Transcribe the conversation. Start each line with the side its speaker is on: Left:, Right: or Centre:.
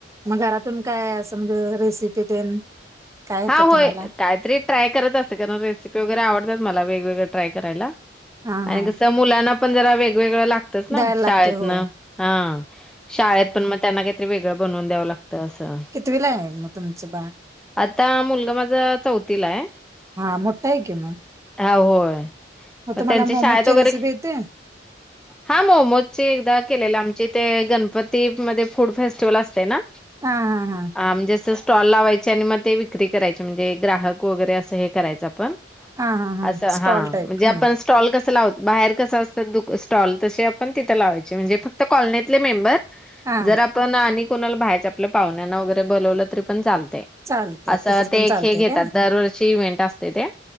Right: मग घरातून काय असं म्हणजे रेसिपी तेन काय येतं
Centre: हा, होय
Right: तुम्हाला
Centre: काहीतरी ट्राय करत असते, कारण रेसिपी वगैरे आवडत्यात मला वेगवेगळं ट्राय करायला.
Right: हा
Centre: आणि
Right: हा
Centre: कसं मुलांना पण जरा वेगवेगळं लाग तच ना
Right: द्यायला लागते
Centre: शाळेतनं
Right: होय
Centre: हा शाळेत पण मग त्यांना काहीतरी वेगळं बनवून द्यावं लागतयं असं.
Right: कितीवीला आहे मग तुमचं बाळ?
Centre: आता मुलगा माझा चौथीला आहे.
Right: हा मोठा आहे की मग
Centre: हा होय. मग
Right: तुम्हाला
Centre: त्यांच्या
Right: मोमोजची
Centre: शाळेत वगैरे,
Right: रेसिपी येते
Centre: हा मोमोजचं एकदा केले आम चे ते गणपती मध्ये फूड फेस्टिवल असतयं ना,
Right: हा हा हा
Centre: अं म्हंजे असं टॉल लावायचे आणि मग ते विक्री करायचे म्हणजे ग्राहक वगैरे असं हे करायचं आपण.
Right: हा हा
Centre: असं
Right: स्टॉल
Centre: हा
Right: टाईप
Centre: म्हणजे
Right: हम्म
Centre: आपणच स्टॉल कसं लावत बाहेर कसं असतं, दु स्टॉल तसे आपण तिथं लावायचे, म्हणजे फक्त कॉलनीतले मेंबर.
Right: हा
Centre: जर आपण आणि कोणाला बाहेरच्या आपल्या पाहुण्यांना वगैरे बोलावलं तरी पण चालतंय.
Right: चालतंय
Centre: असं
Right: तसच
Centre: ते
Right: पण
Centre: एक
Right: चालतंय
Centre: हे घेतात,
Right: काय
Centre: दरवर्षी इव्हेंट असते ते